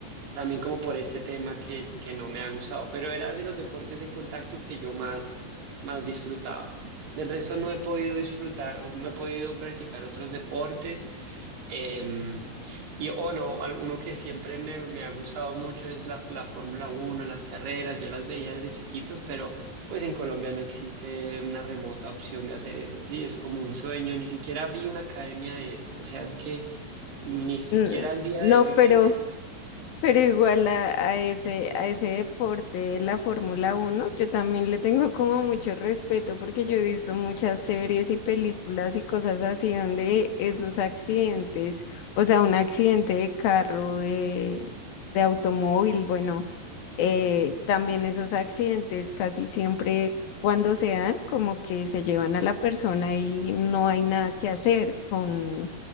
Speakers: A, on the right; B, on the left.
A: también como por este tema que, que no me ha gustado, pero era de los deportes de contacto que yo más, más disfrutaba. Del resto no he podido disfrutar o no he podido practicar otros deportes. em, y o no, al- uno que siempre me, me ha gustado mucho es la, la Fórmula uno las carreras, yo las veía desde chiquitos, pero pues en Colombia no existe una remota opción de hacer eso, sí, es como un sueño, ni siquiera vi una academia de eso, o sea, es que ni siquiera
B: Mm,
A: al día
B: No,
A: de hoy
B: pero
A: grande.
B: Pero igual a, a ese, a ese deporte, la Fórmula Uno yo también le tengo como mucho respeto porque yo he visto muchas series y películas y cosas así donde esos accidentes, o sea, un accidente de carro, de, de automóvil, bueno, eh, también esos accidentes casi siempre cuando se dan, como que se llevan a la persona y no hay nada que hacer con